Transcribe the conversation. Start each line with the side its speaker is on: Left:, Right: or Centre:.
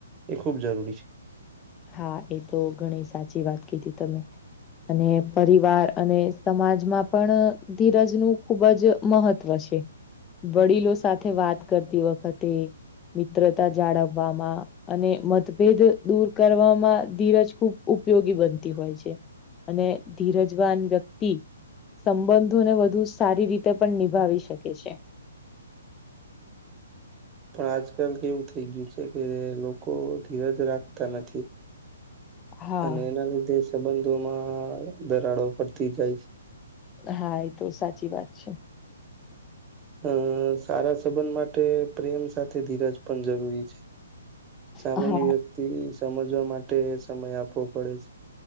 Right: એ ખૂબ જરૂરી છે.
Left: હા એ તો ઘણી સાચી વાત કીધી તમે. અને પરિવાર અને સમાજમાં પણ ધીરજ નું ખુબ જ મહત્વ છે. વડીલો સાથે વાત કરતી વખતે મિત્રતા જાળવવામાં, અને મતભેદ દૂર કરવામાં ધીરજ ખૂબ ઉપયોગી બનતી હોય છે. અને ધીરજવાન વ્યક્તિ સંબંધોને વધુ સારી રીતે પણ નિભાવી શકે છે.
Right: પણ આજકાલ કેવું થઈ ગયું છે, કે લોકો ધીરજ રાખતા નથી.
Left: હા
Right: અને એના લીધે સંબંધોમાં ધરાડો પડતી જાય છે.
Left: હા એ તો સાચી વાત છે.
Right: હમ્મ સારા સંબંધ માટે પ્રેમ સાથે ધીરજ પણ જરૂરી છે. સામેની
Left: હા
Right: વ્યક્તિ સમજવા માટે સમય આપવો પડે છે.